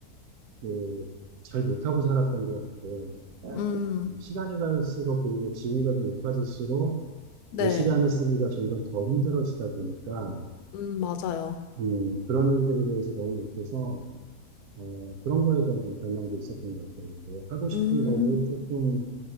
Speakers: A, on the right; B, on the left.
A: 그, 잘 못하고 살았던 것 같고,
B: 음,
A: 응, 시간이 갈수록 그리고 지위가 좀 높아질수록
B: 네,
A: 내 시간을 쓰기가 점점 더 힘들어지다 보니까
B: 음, 맞아요.
A: 음, 그런 일들에 대해서 너무 못해서 어, 그런 거에 대한 좀 갈망도 있었던 것 같아요. 뭐 하고 싶은
B: 음,
A: 응, 거를 조금